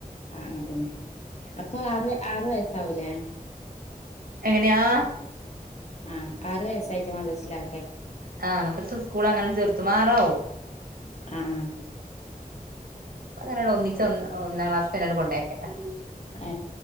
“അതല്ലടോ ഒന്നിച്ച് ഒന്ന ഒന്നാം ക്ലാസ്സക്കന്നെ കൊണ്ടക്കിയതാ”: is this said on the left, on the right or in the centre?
Right